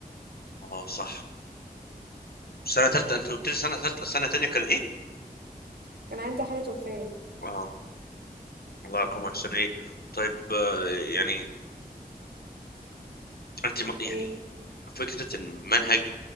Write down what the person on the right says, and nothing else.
كان عندي حالة وفاة
ايه